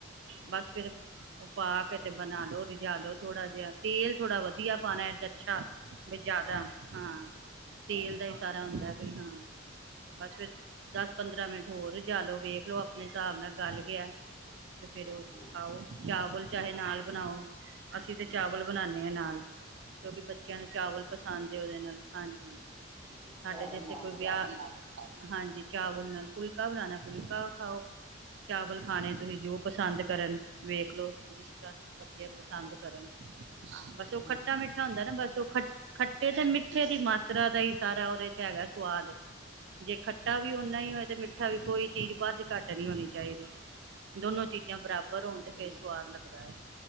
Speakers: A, in the centre; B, on the right (about 60°).
A: ਅੱਛਾ
B: ਬਸ
A: ਅੱਛਾ
B: ਫਿਰ ਪਾ ਕੇ ਤੇ ਬਣਾ ਲੋ ਰੀਜਾ ਲੋ ਥੋੜਾ ਜਿਹਾ ਤੇਲ ਥੋੜਾ ਵਧੀਆ ਪਾਣਾ ਇਹ ਚ ਅੱਛਾ ਵੀ ਜਿਆਦਾ ਹਾਂ
A: ਅੱਛਾ
B: ਤੇਲ
A: ਅੱਛਾ
B: ਦਾ ਹੀ ਸਾਰਾ ਹੁੰਦਾ ਬਈ ਹਾਂ ਬਸ ਫੇਰ
A: ਅੱਛਾ
B: ਦਸ ਪੰਦਰਾਂ ਮਿੰਟ ਹੋਰ ਜਾ ਲਓ ਵੇਖ ਲੋ ਆਪਣੇ ਹਿਸਾਬ ਨਾਲ ਗੱਲ ਗਿਆ ਤੇ ਫੇਰ ਉਹ
A: ਹਾਂ
B: ਖਾਓ ਚਾਵਲ ਚਾਹੇ ਨਾਲ ਬਣਾਓ ਅਸੀਂ ਤੇ ਚਾਵਲ ਬਣਾਦੇ ਹਾਂ ਨਾਲ ਕਿਉਂਕਿ ਬੱਚਿਆਂ
A: ਅੱਛਾ
B: ਨੂੰ ਚਾਵਲ ਪਸੰਦ ਉਹਦੇ ਨਾਲ ਹਾਂਜੀ
A: ਅੱਛਾ
B: ਸਾਡੇ
A: ਚਾਵਲ
B: ਤੇ ਇੱਥੇ
A: ਨਾਲ
B: ਕੋਈ
A: ਲੋ
B: ਵਿਆਹ
A: ਖਾ ਲੋੋ
B: ਹਾਂਜੀ ਚਾਵਲ ਨਾਲ ਫੁਲਕਾ ਬਣਾਉਣਾ ਫੁਲਕਾ ਖਾਓ ਚਾਵਲ ਖਾਣੇ ਤੁਸੀਂ ਜੋ ਪਸੰਦ ਕਰਨ ਵੇਖ ਲਓ ਜਿਸ ਤਰ੍ਹਾਂ ਬੱਚੇ ਪਸੰਦ ਕਰਨ ਬਸ ਉਹ ਖੱਟਾ
A: ਹਾਂਜੀ
B: ਮਿੱਠਾ ਹੁੰਦਾ ਨਾ ਬਸ ਉਹ ਖ ਖੱਟੇ ਤੇ ਮਿੱਠੇ ਦੀ ਮਾਤ ਖਤਰਾ ਦਾ ਹੀ ਸਾਰਾ ਉਹਦੇ ਚ ਹੈਗਾ ਸਵਾਦ ਜੇ ਾ ਵੀ ਓਨਾ ਹੀ
A: ਅੱਛਾ
B: ਹੋਇਆ ਤੇ ਮਿੱਠਾ ਵੀ ਕੋਈ ਚੀਜ਼ ਵੱਧ ਘੱਟ ਨਹੀਂ ਹੋਣੀ ਚਾਹੀਦੀ ਦੋਨੋ ਚੀਜ਼ਾਂ ਬਰਾਬਰ ਪਰਰੋਣ ਤੇ
A: ਠੀਕ
B: ਫਿਰ ਸਵਾਦ
A: ਹੈ
B: ਲੱਗਦਾ ਹੈ